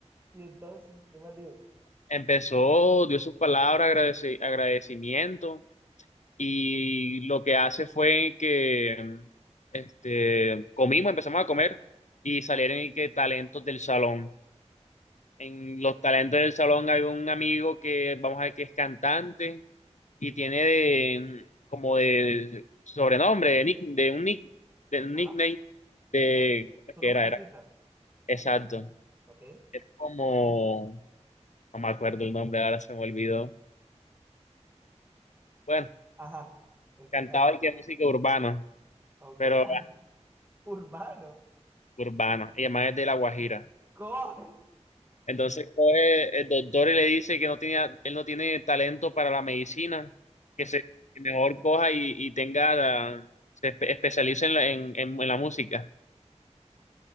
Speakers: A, on the right; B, on the left.
A: Y entonces, ¿qué más digo?
B: empezó, dio sus palabras, agradeci- agradecimiento, y lo que hace fue que este, comimos, empezamos a comer, y salieron y que talentos del salón. En los talentos del salón hay un amigo que vamos a ver que es cantante y tiene de, como de sobrenombre, de, nick, de un nick, de un
A: Ajá,
B: nickname de,
A: ajá. Su
B: ¿qué
A: nombre
B: era?
A: es
B: Era,
A: artista,
B: exacto.
A: ¿ok?
B: Era como No me acuerdo el nombre, ahora se me olvidó. Bueno,
A: Ajá, el cantante,
B: cantaba y que es música urbana,
A: ¿ok?
B: pero
A: <laughs> Urbano,
B: urbana, y además es de La Guajira.
A: coge.
B: Entonces coge el doctor y le dice que no tenía, él no tiene talento para la medicina, que se que mejor coja y, y tenga, la- se espe- especialice en la, en, en- en la música.